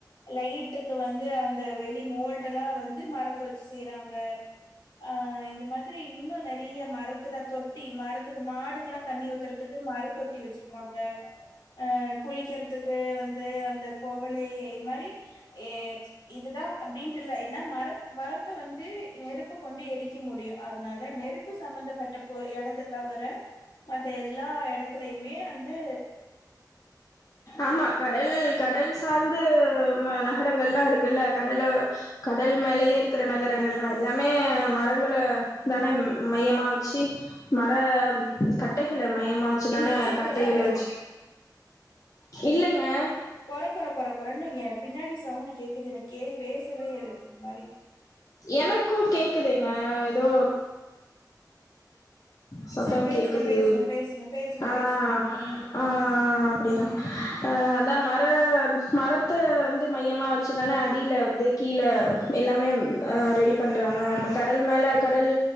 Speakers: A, on the left; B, on the left.
A: லைட்டுக்கு வந்து அந்த வெளி மோல்டு எல்லா வந்து மரத்த வச்சு செய்றாங்க அஹ் இந்த மாதிரி இன்னு நெறைய மரத்துல தொட்டி மரத்துக்கு மாடுக்குல்லா தண்ணி ஊத்துறதுக்கு மரத் தொட்டி வச்சிருப்பாங்க அஹ் குளிக்கிறதுக்கு வந்து அந்த கோவலைய இ மாதிரி ஏஹ் இதுதா அப்டின்ட்டு இல ஏன்னா மர மரத்த வந்து நெருப்பு கொண்டு எரிக்க முடியு அதுனால நெருப்பு சம்பந்தப்பட்ட போ எடத்த தவிர மத்த எல்லா எடத்துலயுமே வந்து
B: ஆமா கடல் கடல் சார்ந்து ம நகரங்கள்லா இருக்குல்ல கடல கடல் மேலயையு இருக்குற நகரங்கள்லா எல்லாமே மரங்கள தானே மையமா ச்சி மர கட்டைகள மையமா வச்சுதானே
A: நீங்க ஹெட்செட்
B: கட்டைகள
A: போட்டா
B: வச்சு இல்லங்க
A: கொற கொற கொற கொறன்னு னங்க பின்னாடி சவுண்ட் கேக்குது எனக்கு கே பேச் வே இருக்கு மாரிக்கு
B: எனக்கு கேக்குதுங்க ஏதோ சத்தம்
A: சரி பேசுங்க
B: கேக்குது
A: பேசுங்க பேசுங்க பேசுங்க
B: ஆஹ்
A: பேசுங்க ஒண்ணுல்ல
B: ஆஹ்
A: ம்
B: அப்படிதான் அஹ் அதான் மர மரத்தை வந்து மையமா வச்சுதானே அடியில வந்து கீழே எல்லாமே ரெடி பண்றாங்க இப்ப கடல் மேல கடல்